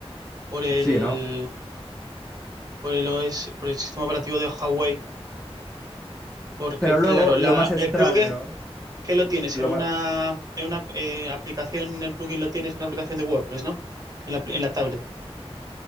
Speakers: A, on the right; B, in the centre.
A: por el,
B: Sí, ¿no?
A: por el OS, por el sistema operativo de Huawei, porque
B: Pero luego,
A: claro,
B: lo
A: la,
B: más extraño,
A: el plugin que lo tienes
B: lo
A: en una,
B: ma-
A: en una eh, aplicación, el plugin lo tienes en una aplicación de WordPress, ¿no? En la, pl- en la tablet.